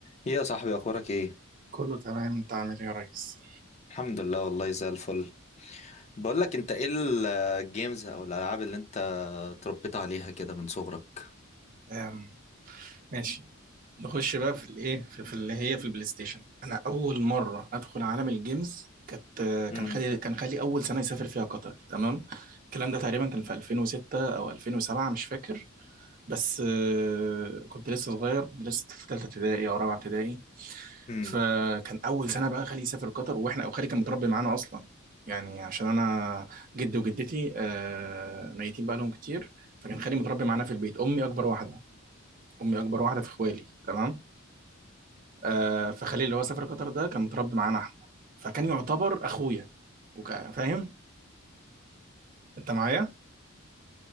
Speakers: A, on the left (about 30°); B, on the right (about 40°).
A: ايه يا صاحبي اخبارك ايه
B: كله تمام انت عامل ايه يا ريس
A: الحمد لله والله زي الفل بقول لك انت ايه الجيمز او الالعاب اللي انت اتربيت عليها كده من صغرك
B: تمام ماشي نخش بقى في الايه في, في اللي هي في البلاي ستيشن انا اول مره ادخل عالم الجيمز كانت
A: امم
B: كان خالي كان خالي اول سنه يسافر فيها قطر تمام الكلام ده تقريبا كان في 2006 او 2007 مش فاكر بس آه، كنت لسه صغير كنت لسه في ثالثه ابتدائي او رابعه ابتدائي
A: امم
B: فكان اول سنه بقى خالي يسافر قطر واحنا او خالي كان متربي معانا اصلا يعني عشان انا جدي وجدتي آه، ميتين بقى لهم كتير فكان خالي متربي معانا في البيت امي اكبر واحده امي اكبر واحده في اخوالي تمام آه، فخالي اللي هو سافر قطر ده كان متربي معانا احنا فكان يعتبر اخويا وكان فاهم انت معايا